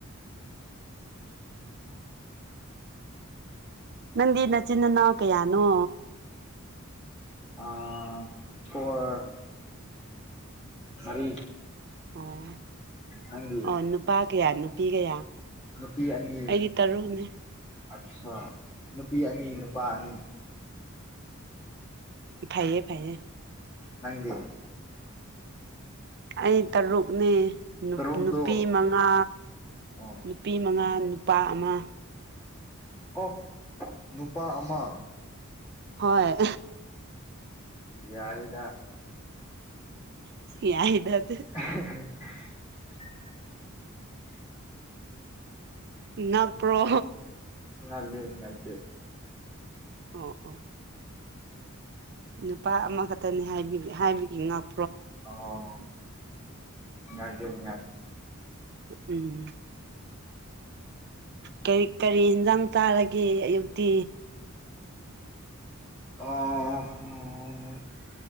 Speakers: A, on the right (about 50°); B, on the left (about 30°).
A: ꯅꯪꯗꯤ ꯅꯆꯤꯟ ꯅꯅꯥꯎ ꯀꯌꯥꯅꯣ
B: ꯑꯥ ꯐꯣꯔ ꯃꯔꯤ
A: ꯑꯣ
B: ꯅꯪꯒꯤ
A: ꯑꯣ ꯅꯨꯄꯥ ꯀꯌꯥ ꯅꯨꯄꯤ ꯀꯌꯥ
B: ꯅꯨꯄꯤ ꯑꯅꯤ
A: ꯑꯩꯗꯤ ꯇꯔꯨꯛꯅꯦ
B: ꯑꯠꯁꯥ ꯅꯨꯄꯤ ꯑꯅꯤ ꯅꯨꯄꯥ ꯑꯅꯤ
A: ꯐꯩꯌꯦ ꯐꯩꯌꯦ
B: ꯅꯪꯗꯤ
A: ꯑꯩ ꯇꯔꯨꯛꯅꯦ
B: ꯇꯔꯨꯛꯇꯣ
A: ꯅꯨꯄꯤ ꯃꯉꯥ
B: ꯑꯣ
A: ꯅꯨꯄꯤ ꯃꯉꯥ ꯅꯨꯄꯥ ꯑꯃ
B: ꯀꯣꯐ ꯅꯨꯄꯥ ꯑꯃ
A: ꯍꯣꯏ
B: ꯌꯥꯏꯗ
A: ꯌꯥꯏꯗ ꯑꯗꯨ
B: <unintelligible>
A: ꯉꯥꯛ ꯄ꯭ꯔꯣ
B: <unintelligible>
A: ꯑꯣ ꯑꯣ ꯅꯨꯄꯥ ꯑꯃꯈꯛꯇꯅꯤ ꯍꯥꯏꯕꯒꯤ ꯍꯥꯏꯕꯒꯤ ꯉꯥꯛ
B: ꯑꯣ <unintelligible>
A: ꯎꯝ ꯀꯔꯤ ꯀꯔꯤ ꯍꯤꯟꯖꯥꯡ ꯆꯥꯔꯒꯦ ꯑꯌꯨꯛꯇꯤ
B: ꯑꯥ